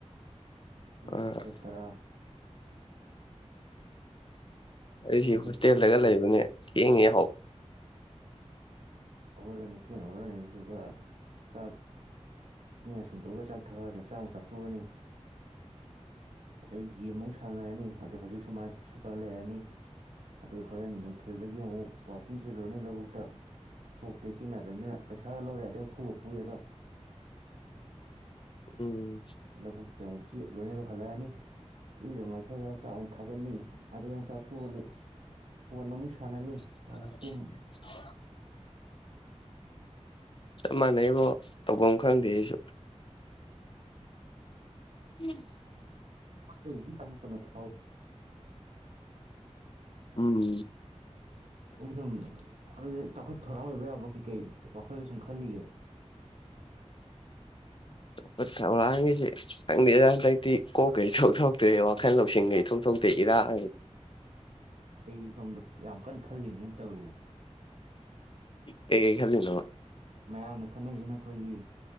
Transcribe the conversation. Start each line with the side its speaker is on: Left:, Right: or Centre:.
Right: ꯎꯝ
Left: ꯑꯥ
Right: ꯈꯔ ꯇꯔꯥ
Left: ꯑꯩꯁꯤ
Right: ꯑꯗꯒꯤ
Left: ꯍꯣꯁꯇꯦꯜꯗꯒ ꯂꯩꯕꯅꯦ ꯊꯦꯡꯉꯦ ꯌꯥꯍꯧ
Right: ꯍꯧꯒꯠꯂꯅꯤ ꯊꯦꯡꯅ ꯍꯧꯒꯠꯂꯅꯤ ꯑꯗꯨꯒ ꯆꯥꯛ ꯆꯤꯟ ꯌꯥ ꯁꯦꯡꯗꯣꯛꯑꯒ ꯆꯥꯛ ꯊꯥꯒꯠꯂꯅꯤ ꯆꯥꯛ ꯑꯃꯨꯛ ꯆꯥꯊꯣꯛꯑꯅꯤ ꯑꯗꯩ ꯒꯦꯝ ꯑꯃꯨꯛ ꯁꯥꯟꯅꯔꯅꯤ ꯍꯧꯖꯤꯛ ꯁꯨꯨꯃꯥꯏ ꯁꯨꯞꯄ ꯂꯩꯔꯅꯤ ꯑꯗꯨ ꯍꯣꯔꯦꯟ ꯅꯨꯡꯊꯤꯜꯗꯒꯤ ꯑꯃꯨꯛ ꯋꯥꯛꯀꯤꯡ ꯆꯦꯜꯂꯨꯔꯅꯤ ꯂꯧꯕꯨꯛꯇ ꯁꯣꯛꯇ ꯁꯤꯖꯤꯟꯗꯕꯅꯤꯅ ꯄꯩꯁꯥꯒ ꯂꯧ ꯌꯥꯗꯦ ꯐꯨꯒ ꯐꯨꯔꯦꯗꯣ
Left: ꯎꯝ
Right: ꯂꯧꯕꯨꯛꯇ ꯑꯃꯨꯛ ꯆꯠꯂꯨꯔꯅꯤ ꯑꯗꯨꯒ ꯍꯜꯂꯛꯑꯅꯤ ꯏꯨꯔꯨꯖ ꯃꯥꯏꯊꯖꯔ ꯆꯥꯛ ꯑꯃꯨꯛ ꯊꯥꯒꯠꯅꯤ ꯑꯗꯩ ꯑꯃꯨꯛ ꯆꯥꯛꯊꯣꯛꯑꯅꯤ ꯐꯣꯟ ꯑꯃꯨꯛ ꯁꯥꯟꯅꯅꯤ
Left: <inaudible>
Right: ꯑꯃꯨꯛ ꯇꯨꯝ
Left: ꯆꯞ ꯃꯥꯟꯅꯩꯕꯣ ꯇꯚꯝ ꯈꯪꯗꯦ ꯑꯩꯁꯨ <inaudible>
Right: ꯇꯪꯂ ꯅ ꯇꯪ <unintelligible>
Left: ꯎꯝ
Right: <inaudible> ꯑꯗꯨꯗꯤ ꯆꯥꯎꯈꯠ ꯊꯧꯔꯥꯡ ꯑꯣꯏꯕ ꯌꯥꯕ ꯀꯩꯀꯩ ꯋꯥꯈꯜꯗ ꯁꯨꯝ ꯈꯜꯂꯤꯒꯦ <inaudible>
Left: ꯆꯥꯎꯈꯠ ꯊꯧꯔꯥꯡꯒꯤꯁꯦ ꯈꯪꯗꯦꯗ ꯍꯟꯗꯛꯇꯤ ꯀꯣꯛꯀ ꯢꯊꯣꯛ ꯊꯣꯛꯇꯦ ꯋꯥꯈꯜ ꯂꯧꯁꯤꯡꯒ ꯢꯊꯣꯛ ꯊꯣꯛꯇꯦ ꯏꯔꯥꯛ
Right: ꯑꯩꯗꯤ ꯁꯣꯝꯗ ꯌꯥꯝ ꯀꯟꯅ ꯈꯜꯂꯤꯅꯤꯅꯦ ꯇꯧꯔꯤꯕꯁꯦ
Left: ꯀꯩ ꯀꯩ ꯈꯜꯂꯤꯅꯣ
Right: ꯃꯌꯥꯝꯅ ꯈꯟꯅꯩꯁꯤꯅ ꯑꯩꯈꯣꯏꯒꯤ